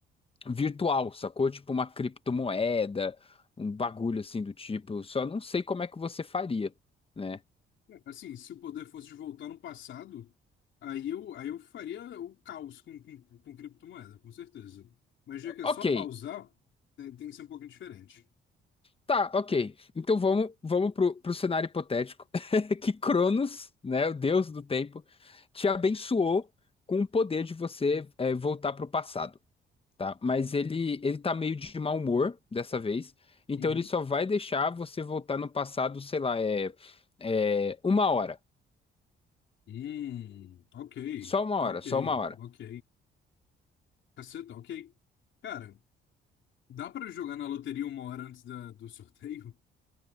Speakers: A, on the left; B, on the left.
A: virtual, sacou? Tipo uma criptomoeda, um bagulho assim do tipo. Só não sei como é que você faria, né?
B: É, Assim, se o poder fosse de voltar no passado, aí eu, aí eu faria o caos com, com, com criptomoeda, com certeza. Mas já que é
A: Ok.
B: só pausar, tem, tem que ser um pouquinho diferente.
A: Tá, ok. Então vamos, vamos pro, pro cenário hipotético <laughs> que Cronos, né, o deus do tempo, te abençoou com o poder de você é, voltar pro passado, tá? Mas ele ele tá meio de mau humor dessa vez, então
B: Uhum.
A: ele só vai deixar você voltar no passado, sei lá, é, é uma hora,
B: Hum, ok,
A: só uma hora,
B: ok,
A: só uma hora.
B: ok. Caceta, ok. Cara, dá pra jogar na loteria uma hora antes da, do sorteio?